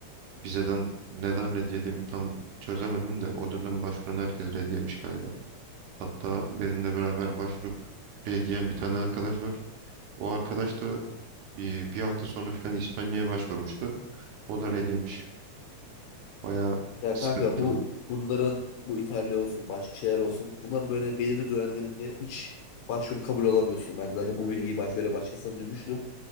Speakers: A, on the right (about 75°); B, on the left (about 75°).
A: Vizeden neden red yediğimi tam çözemedim de o dönem başvuran herkes red yemiş galiba. Hatta benimle beraber başvurup R diyen bir tane arkadaş var. O arkadaş da e, bir hafta sonra falan İspanya'ya başvurmuştu. O da R demiş. Bayağı
B: Ya
A: sıkıntılı.
B: kanka bu bunların bu İtalya olsun başka şeyler olsun bunların böyle belirli dönemlerinde hiç başvuru kabul alamıyorsun. Ben zaten bu bilgiyi baş böyle başkasından duymuştum.